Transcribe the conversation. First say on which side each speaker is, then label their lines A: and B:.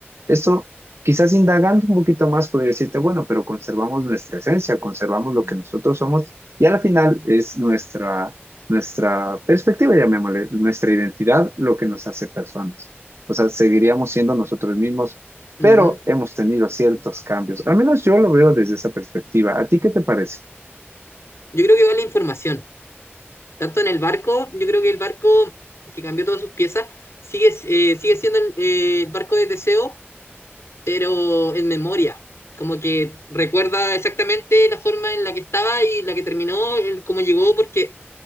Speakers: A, on the right; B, on the left.
A: Esto, quizás indagando un poquito más, podría decirte, bueno, pero conservamos nuestra esencia, conservamos lo que nosotros somos y al final es nuestra, nuestra perspectiva, llamémosle, nuestra identidad, lo que nos hace personas. O sea, seguiríamos siendo nosotros mismos
B: Ujú.
A: pero hemos tenido ciertos cambios. Al menos yo lo veo desde esa perspectiva. ¿A ti qué te parece?
B: Yo creo que vale información. Tanto en el barco, yo creo que el barco que cambió todas sus piezas sigue, eh, sigue siendo el, eh, el barco de Teseo, pero en memoria. Como que recuerda exactamente la forma en la que estaba y la que terminó, el, cómo llegó, porque